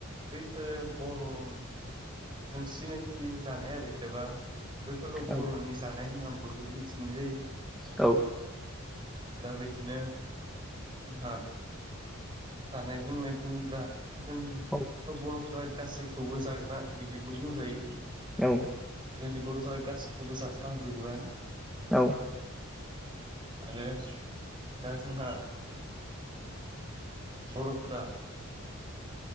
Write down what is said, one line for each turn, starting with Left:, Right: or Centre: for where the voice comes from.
Right: बैफोरो बर'जों सिनायथि जानाय आरो एबा बैफोरखौ
Centre: औ
Right: बर'नि जानाय होनना बयबो मिथिनाय जायो।
Centre: औ
Right: दा बिदिनो जोंहा जानाय लोंनाय बुङोब्ला जोंथ'
Centre: औ
Right: बर'फ्रा गासैखौबो जागोना बिदिबो बुंजायो।
Centre: औ
Right: जोंनि बर'फोरा गासैखौबो जाफा्मजोबोआनो
Centre: औ
Right: आरो दा जोंहा बर'फोरा